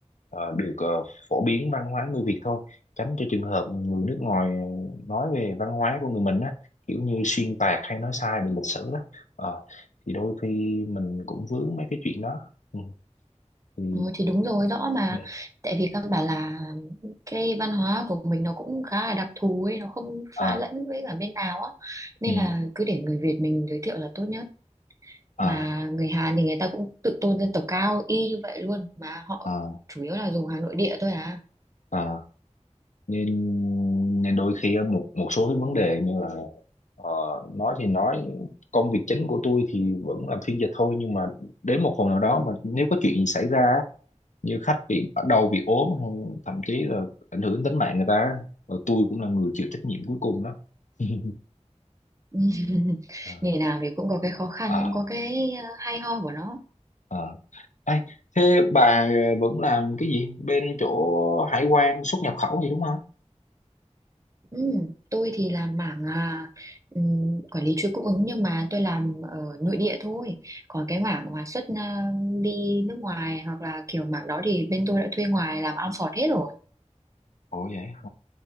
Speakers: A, on the left (about 85°); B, on the right (about 25°).
A: ờ, được ờ, phổ biến văn hóa người Việt thôi tránh cho trường hợp người nước ngoài nói về văn hóa của người mình á kiểu như xuyên tạc hay nói sai về lịch sử đó Ờ, thì đôi khi mình cũng vướng mấy cái chuyện đó ừ. thì
B: Ừ, thì đúng rồi rõ mà
A: ừ.
B: tại vì căn bản là cái văn hóa của mình nó cũng khá là đặc thù ấy nó không
A: à
B: pha lẫn với cả bên nào á nên
A: ừ.
B: là cứ để người Việt mình giới thiệu là tốt nhất
A: à
B: mà người Hàn thì người ta cũng tự tôn dân tộc cao y như vậy luôn mà họ
A: à
B: chủ yếu là dùng hàng nội địa thôi à
A: à, nên nên đôi khi á, một một số cái vấn đề như là ờ, nói thì nói công việc chính của tôi thì vẫn làm phiên dịch thôi nhưng mà đến một phần nào đó mà nếu có chuyện gì xảy ra á, như khách bị ở đầu bị ốm hay thậm chí là ảnh hưởng tính mạng người ta rồi tôi cũng là người chịu trách nhiệm cuối cùng đó <laughs>
B: <laughs>
A: à,
B: nghề nào thì cũng có cái khó khăn
A: à,
B: cũng có cái ờ, hay ho của nó
A: à. Ê, thế bà ờ, vẫn làm cái gì bên chỗ hải quan xuất nhập khẩu gì đúng không?
B: Ừ, tôi thì làm mảng à, ừm, quản lý chuỗi cung ứng nhưng mà tôi làm ở nội địa thôi. Còn cái mảng mà xuất à, đi nước ngoài hoặc là kiểu mảng đó thì bên tôi đã thuê ngoài làm outsource hết rồi.
A: Ồ vậy.